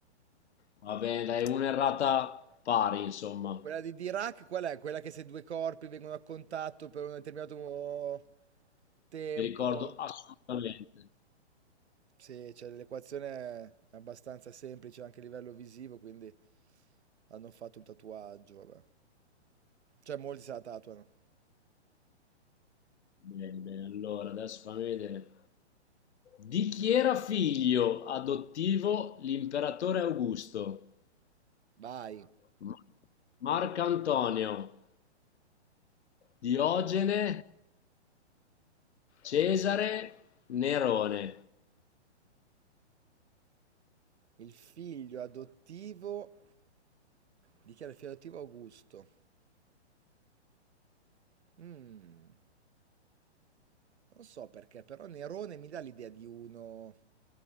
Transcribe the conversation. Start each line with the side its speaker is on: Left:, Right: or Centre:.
Left: Va bene, dai, un'errata pari, insomma.
Right: Quella di Dirac, qual è? Quella che se due corpi vengono a contatto per un determinato tempo.
Left: Mi ricordo assolutamente.
Right: Sì, cioè, l'equazione è abbastanza semplice anche a livello visivo, quindi hanno fatto un tatuaggio, vabbè. Cioè molti se la tatuano.
Left: Bene, bene. Allora, adesso fammi vedere. Di chi era figlio adottivo l'imperatore Augusto?
Right: Vai.
Left: Ma- Marco Antonio, Diogene, Cesare, Nerone.
Right: Il figlio adottivo dichiara il figlio adottivo Augusto. Mm, non so perché, però Nerone mi dà l'idea di uno